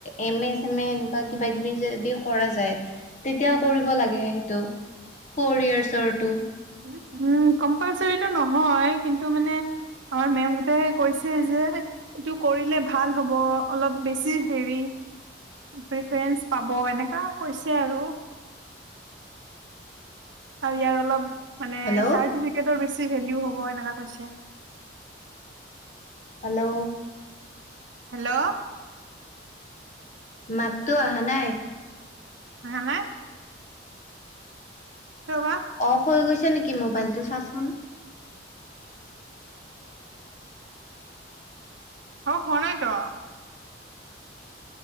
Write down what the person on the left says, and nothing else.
এম এ, ছেম এ এনেকুৱা কিবা কিবি যদি কৰা যাই তেতিয়াও
কৰিব লাগে। টো ফ'ৰ ইয়োৰছৰ টু
হেল্ল'
হেল্ল'
মাততো অহা নাই।
অফ হৈ গৈছে। নেকি মোবাইলতটো চাচোন